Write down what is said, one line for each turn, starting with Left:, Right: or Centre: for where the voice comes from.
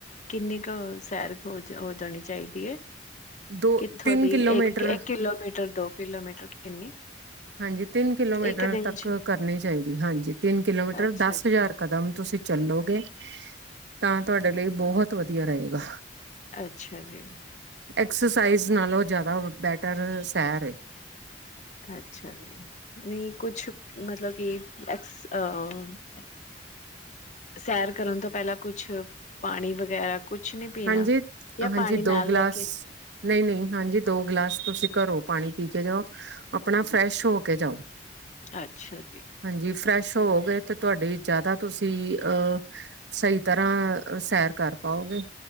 Left: ਕਿੰਨੀ ਕੁ ਸੈਰ ਹੋ ਹੋ ਜਾਣੀ ਚਾਹੀਦੀ ਹੈ?
Right: ਦੋ
Left: ਕਿੱਥੋਂ
Right: ਤਿੰਨ
Left: ਦੀ,
Right: ਕਿਲੋਮੀਟਰ
Left: ਇੱਕ ਇਕ ਕਿਲੋਮੀਟਰ ਦੋ ਕਿਲੋਮੀਟਰ। ਕਿੰਨੀ?
Right: ਹਾਂਜੀ, ਤਿੰਨ ਕਿਲੋਮੀਟਰ
Left: ਇੱਕ ਦਿਨ
Right: ਤੱਕ
Left: ਚ
Right: ਕਰਨੀ ਚਾਹੀਦੀ। ਹਾਂਜੀ, ਤਿੰਨ ਕਿਲੋਮੀਟਰ
Left: ਅੱਛਾ
Right: ਦਸ
Left: ਜੀ
Right: ਹਜ਼ਾਰ ਕਦਮ ਤੁਸੀਂ ਚੱਲੋ। ਤੇ ਤਾਂ ਤੁਹਾਡੇ ਲਈ ਬਹੁਤ ਵਧੀਆ ਰਹੇਗਾ।
Left: ਅੱਛਾ ਜੀ।
Right: ਐਕਸਰਸਾਈਜ਼ ਨਾਲੋਂ ਜ਼ਿਆਦਾ ਬੈਟਰ ਸੈਰ ਐ।
Left: ਅੱਛਾ ਜੀ, ਨਹੀਂ ਕੁਛ ਮਤਲਬ ਕਿ ਐਕਸ ਅ ਸੈਰ ਕਰਨ ਤੋਂ ਪਹਿਲਾਂ ਕੁਛ ਪਾਣੀ ਵਗੈਰਾ ਕੁਛ ਨੀ ਪੀਣਾ।
Right: ਹਾਂਜੀ,
Left: ਜਾਂ
Right: ਹਾਂਜੀ
Left: ਪਾਣੀ
Right: ਦੋ
Left: ਨਾਲ
Right: ਗਿਲਾਸ,
Left: ਲੈ ਕੇ
Right: ਨਹੀਂ-ਨਹੀਂ ਹਾਂਜੀ, ਦੋ ਗਿਲਾਸ ਤੁਸੀਂ ਘਰੋ ਪਾਣੀ ਪੀ ਕੇ ਜਾਓ, ਆਪਣਾ ਫਰੈਸ਼ ਹੋ ਕੇ ਜਾਓ,
Left: ਅੱਛਾ ਜੀ।
Right: ਹਾਂਜੀ। ਫਰੈਸ਼ ਹੋਵੋਗੇ ਤੇ ਤੁਹਾਡੇ ਜ਼ਿਆਦਾ ਤੁਸੀਂ ਅ ਸਹੀ ਤਰ੍ਹਾਂ ਸੈਰ ਕਰ ਪਾਓਗੇ?